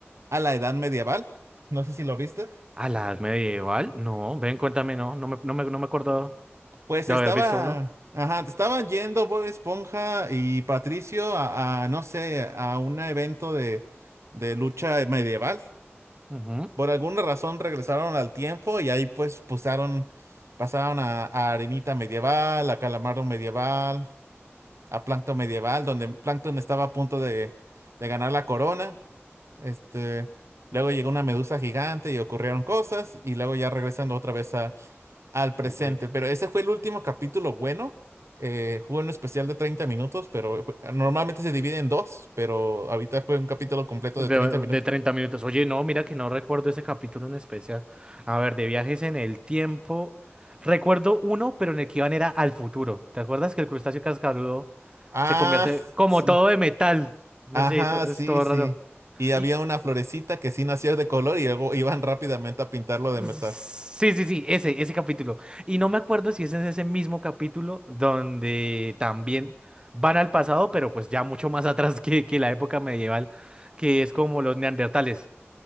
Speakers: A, on the right; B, on the right.
A: a la edad medieval. No sé si lo viste.
B: ¿A la edad medieval? No, ven, cuéntame, no, no me, no me, no me acuerdo
A: Pues
B: de
A: estaba,
B: haber visto uno.
A: ajá, estaban yendo Bob Esponja y Patricio a, a, no sé, a un evento de, de lucha medieval.
B: Ujú.
A: Por alguna razón regresaron al tiempo y ahí pues pasaron, pasaron a, a Arenita Medieval, a Calamardo Medieval, a Plankton Medieval, donde Plankton estaba a punto de, de ganar la corona. Este, luego llegó una medusa gigante y ocurrieron cosas y luego ya regresando otra vez a- al presente.
B: Uy,
A: Pero ese fue el último capítulo bueno. Eh, fue un especial de 30 minutos, pero fue- normalmente se divide en dos, pero ahorita fue un capítulo completo
B: De,
A: de treinta minutos.
B: de 30 minutos. Oye, no, mira que no recuerdo ese capítulo en especial. A ver, de viajes en el tiempo. Recuerdo uno, pero en el que iban era al futuro. ¿Te acuerdas que el crustáceo cascarudo
A: Ah,
B: se convierte como
A: <laughs> sí.
B: todo de metal? No
A: Ajá,
B: sé, to- es
A: sí,
B: todo
A: sí.
B: raro.
A: Y había
B: Y,
A: una florecita que sí nacía de color y luego iban <laughs> rápidamente a pintarlo de
B: Sí,
A: metal.
B: sí, sí, ese, ese capítulo. Y no me acuerdo si es en ese mismo capítulo donde también van al pasado, pero pues ya mucho más <laughs> atrás que, que la época medieval, que es como los neandertales.